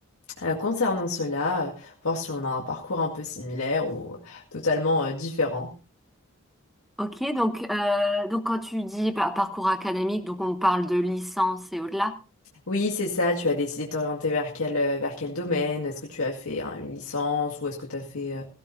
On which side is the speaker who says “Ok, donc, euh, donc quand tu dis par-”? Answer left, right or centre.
Centre